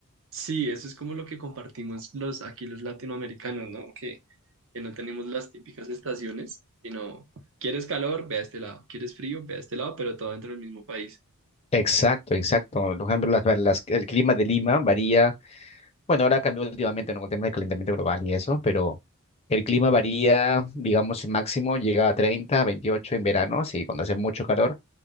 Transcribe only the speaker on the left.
Exacto, exacto. Por ejemplo, las- las- el clima de Lima varía Bueno, ahora cambió últimamente, ¿no? Con el tema del calentamiento global y eso, pero el clima varía, digamos, el máximo llega a 30, 28 en verano, sí, cuando hace mucho calor,